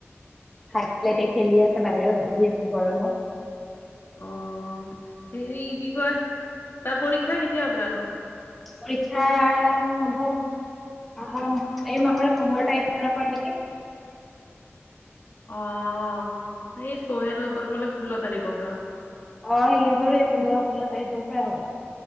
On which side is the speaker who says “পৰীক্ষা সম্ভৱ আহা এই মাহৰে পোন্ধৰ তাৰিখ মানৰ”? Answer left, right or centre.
Centre